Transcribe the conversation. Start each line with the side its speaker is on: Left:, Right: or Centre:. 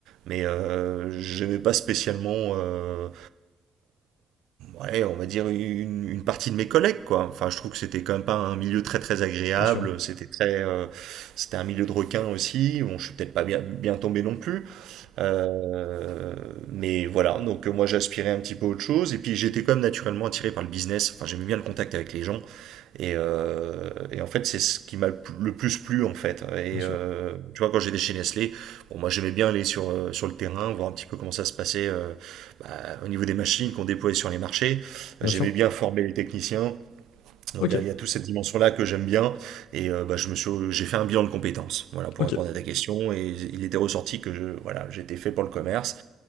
Right: mais euh, j'aimais pas spécialement, euh, ouais, on va dire une, une partie de mes collègues, quoi. Enfin, je trouve que c'était quand même pas un milieu très très agréable.
Left: Bien sûr,
Right: C'était très, euh, c'était un milieu de requins aussi. Bon, je suis peut-être pas bien, bien tombé non plus. Euh, mais voilà, donc euh, moi j'aspirais un petit peu à autre chose, et puis j'étais quand même naturellement attiré par le business, enfin j'aimais bien le contact avec les gens, et, euh, et en fait c'est ce qui m'a le pl- le plus plu en fait. Et
Left: bien sûr,
Right: euh, tu vois, quand j'étais chez Nestlé, bon, moi j'aimais bien aller sur, euh, sur le terrain, voir un petit peu comment ça se passait euh, bah, au niveau des machines qu'on déployait sur les marchés,
Left: bien
Right: j'aimais
Left: sûr.
Right: bien former les techniciens, donc
Left: Ok,
Right: euh, il y a toute cette dimension-là que j'aime bien et euh, bah, je me suis, j'ai fait un bilan de compétences, voilà, pour
Left: ok,
Right: répondre à ta question et il était ressorti que je, voilà, j'étais fait pour le commerce